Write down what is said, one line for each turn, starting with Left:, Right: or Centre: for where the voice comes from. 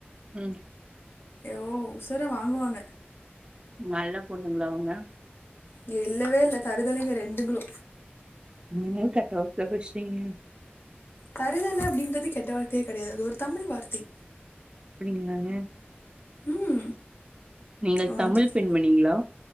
Right: ம்
Left: ஏ ஓ உசுர வாங்குவாங்க
Right: நல்ல பொண்ணுங்களா அவுங்க
Left: இங்க இல்லவே இல்ல தருதலைங்க ரெண்டுங்குளு
Right: நீ கட்டாப்ல பேச்சிறீங்க
Left: தருதல அப்டின்றது கெட்டவார்த்தையே கடையாது அது ஒரு தமிழ் வார்த்தை
Right: அப்டிங்களாங்க
Left: ம்
Right: நீங்கள்
Left: ஒண்ணுத்துக்
Right: தமிழ் பெண்மணிங்களா